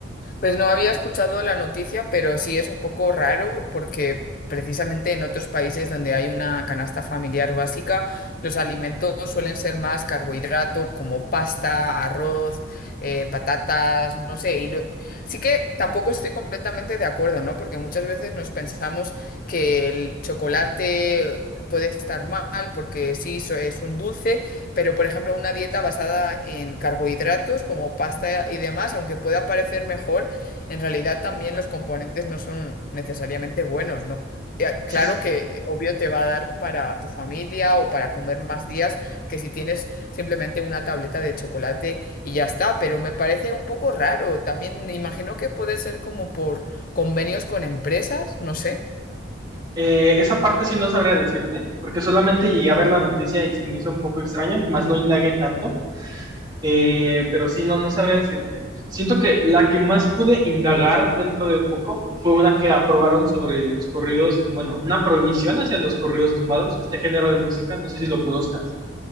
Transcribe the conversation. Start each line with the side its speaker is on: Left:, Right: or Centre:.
Left: Pues no había escuchado la noticia, pero sí es un poco raro porque precisamente en otros países donde hay una canasta familiar básica, los
Right: Ujú.
Left: alimentos suelen ser más carbohidrato, como pasta, arroz, eh, patatas, no sé. Y lo- Sí que tampoco estoy completamente de acuerdo, ¿no? Porque muchas veces nos pensamos que el chocolate puede estar mal porque sí, so- es un dulce. Pero, por ejemplo, una dieta basada en carbohidratos como pasta y demás, aunque pueda parecer mejor, en realidad también los componentes no son necesariamente buenos, ¿no? Ya, Claro
Right: Sí, sí.
Left: que obvio te va a dar para tu familia o para comer más días que si tienes simplemente una tableta de chocolate y ya está, pero me parece un poco raro. También me imagino que puede ser como por convenios con empresas, no sé.
Right: Eh, esa parte sí no sabría decirte, porque solamente llegué a ver la noticia y se me hizo un poco extraña, más no indagué tanto, Eh, pero sí, no, no sabría decirte. Siento que la que más pude indagar dentro de poco fue una que aprobaron sobre los corridos, bueno, una prohibición hacia los corridos tumbados, este género de música, no sé si lo conozcas.